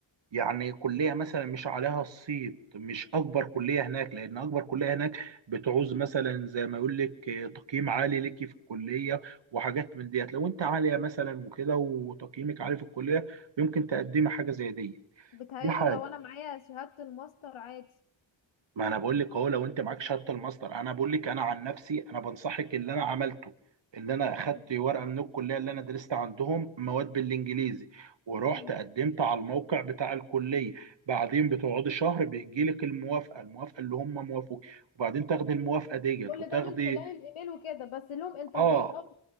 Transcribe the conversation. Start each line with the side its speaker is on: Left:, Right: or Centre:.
Right: يعني كلية مثلا مش عليها الصيت مش أكبر كلية هناك لأن أكبر كلية هناك بتعوز مثلا زي ما يقول لك آه، تقييم عالي ليكي في الكلية وحاجات من ديت لو أنت عالية مثلا وكده وتقييمك عالي في الكلية يمكن تقدمي حاجة زي دي
Left: بتهيألي
Right: دي حاجة
Left: لو انا معايا شهادة الماستر عادي
Right: ما انا بقول لك اهو لو انت معاك شهاده الماستر انا بقول لك انا عن نفسي انا بنصحك اللي انا عملته اللي انا اخدت
Left: مم.
Right: ورقه من الكليه اللي انا درست عندهم مواد بالانجليزي ورحت
Left: مم.
Right: قدمت على الموقع بتاع الكليه بعدين بتقعدي شهر بيجي لك الموافقه الموافقه اللي هم موافقوك وبعدين تاخدي الموافقه ديت
Left: كل
Right: وتاخدي
Left: ده من خلال الايميل وكده بس لهم انترفيو
Right: اه
Left: الاول